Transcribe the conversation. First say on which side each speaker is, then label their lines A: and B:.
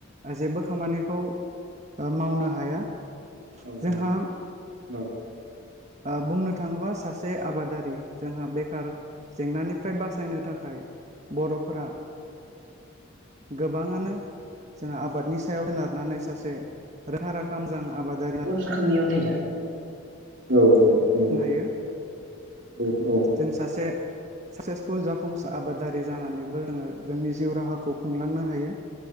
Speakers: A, on the right; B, on the right.
A: जेबो खामानिखौ आ मावनो हाया
B: औ औ
A: जोंहा
B: औ
A: आ बुंनो थाङोबा सासे आबादारि जोंहा बेखार जेंनानिफ्राय बासायनो थाखाय बर'फोरा गोबाङानो जों आबाद नि सायाव सोनारनानै सासे रोंखा राखा मोजां आबादारि
B: रोखोमनिथ दा औ औ
A: जाफुंनो
B: नंगौ
A: हायो
B: औ औ
A: जों सासे साक्सेसफुल जाफुंसार आबादारि जानानैबो जोङो जोंनि जिउ राहाखौ खुंलांनो हायो